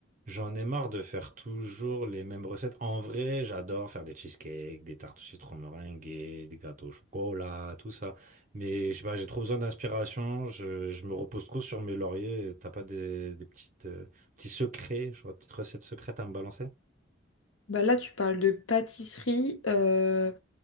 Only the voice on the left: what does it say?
Bah là, tu parles de pâtisserie. euh,